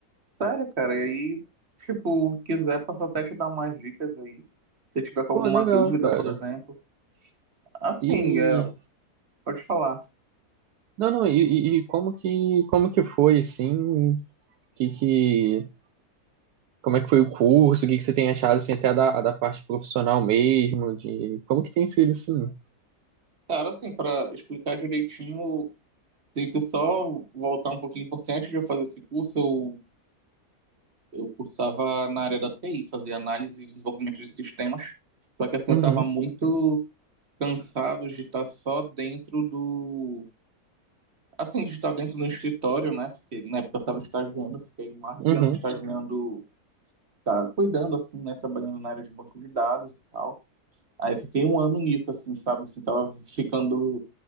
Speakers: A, on the right; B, on the right.
A: Sério, cara, e aí, tipo, quiser, posso até te dar umas dicas aí. Se tiver com
B: Pô,
A: alguma
B: legal,
A: dúvida,
B: cara.
A: por exemplo. Assim,
B: E
A: é, pode falar.
B: não, não, e, e- e como que como que foi assim? Que que como é que foi o curso? O que que você tem achado assim até da, da parte profissional mesmo, de como que tem sido assim?
A: Cara, assim, pra explicar direitinho, tem que só voltar um pouquinho, porque antes de eu fazer esse curso, eu, eu cursava na área da TI, fazia análise e desenvolvimento de sistemas. Só que, assim,
B: Uhum,
A: eu tava muito cansado de estar só dentro do. Assim, de estar dentro do escritório, né? Porque na época eu tava estagiando, eu fiquei mais
B: uhum.
A: de ano estagiando tá cuidando, assim, né? Trabalhando na área de banco de dados e tal. Aí fiquei um ano nisso, assim, sabe? Assim, tava ficando